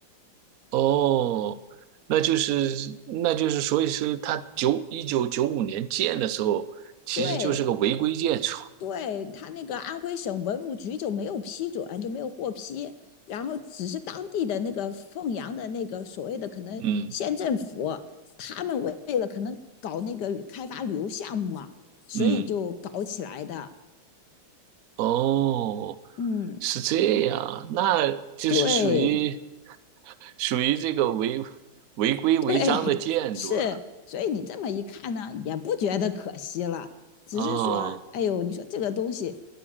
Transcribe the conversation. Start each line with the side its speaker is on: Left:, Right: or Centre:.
Right: 哦，那就是那就是，所以说他九一九九五年建的时候，其实就是个违规建筑。
Left: 对。对，他那个安徽省文物局就没有批准，就没有获批，然后只是当地的那个凤阳的那个所谓的可能县政府，
Right: 嗯
Left: 他们为了可能搞那个开发旅游项目嘛，所以就搞起来的。
Right: 嗯，哦，
Left: 嗯，
Right: 是这样啊，那就是属于
Left: 对，
Right: 属于这个违违规违章的建筑了。
Left: <laughs> 对，是，所以你这么一看呢，也不觉得可惜了，只是说，
Right: 啊。
Left: 哎呦，你说这个东西